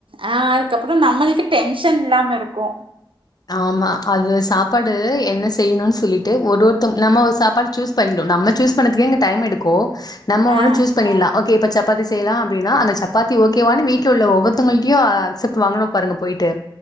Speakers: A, on the right (about 85°); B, on the left (about 50°).
A: அ அதுக்கப்புறோ நம்மளுக்கு டென்ஷன் இல்லாமருக்கு
B: ஆமா அது சாப்பாடு என்ன செய்யணுன் சொல்லிட்டு ஒருவொருத்தங் நம்மோ சாப்பாடு சூஸ் பண்ணிடோ நம்ம சூஸ் பண்ணதுக்கே இங்க டைம் எடுக் கு நம்ம
A: ஆ
B: ஒன்னு சூஸ் பண்ணிர்லா ஓக் கே இப்ப சப்பாத்தி செய்யலா அப்டினா அந்த சப்பாத்தி ஓகேவானு வீட்ல உள்ள ஒவ்வொருதவங்கள்டயு அக்செப்ட் வாங்குனுபாருங்க போயிட்டு